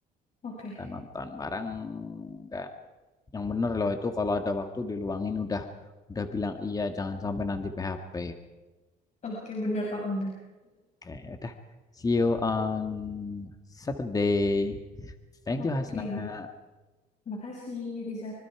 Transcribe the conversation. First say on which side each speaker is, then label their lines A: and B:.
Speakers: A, on the left; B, on the left.
A: Oke.
B: Kita nonton bareng. Enggak Yang bener loh itu kalau ada waktu diluangin udah udah bilang iya jangan sampai nanti PHP.
A: Oke, benar kok, benar.
B: Oke, udah. See you on Saturday. Thank
A: Oke.
B: you, Hasna.
A: Makasih, Riza.